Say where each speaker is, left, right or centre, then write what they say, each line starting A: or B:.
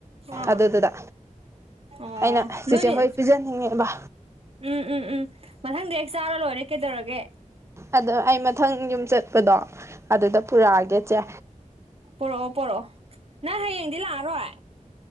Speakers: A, on the right (about 45°); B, on the right (about 20°).
A: ꯑꯥ
B: ꯑꯗꯨꯗꯨꯗ
A: ꯑꯣ
B: ꯑꯩꯅ ꯆꯆꯦ
A: ꯅꯣꯏꯗꯤ
B: ꯍꯣꯏ ꯄꯤꯖꯟꯅꯤꯡꯉꯦꯕ
A: ꯎꯝ ꯎꯝ ꯎꯝ ꯃꯊꯪꯗꯤ ꯍꯦꯛ ꯆꯥꯔ ꯂꯣꯏ ꯇꯔꯦ ꯀꯩꯗꯧꯔꯒꯦ
B: ꯑꯗꯣ ꯑꯩ ꯃꯊꯪ ꯌꯨꯝ ꯆꯠꯄꯗꯣ ꯑꯗꯨꯗ ꯄꯨꯔꯛꯑꯒꯦ ꯏꯁꯦ
A: ꯄꯤꯔꯛꯑꯣ ꯄꯣꯔꯛꯑꯣ ꯅꯪ ꯍꯌꯦꯡꯗꯤ ꯂꯥꯛꯑꯔꯣꯏ?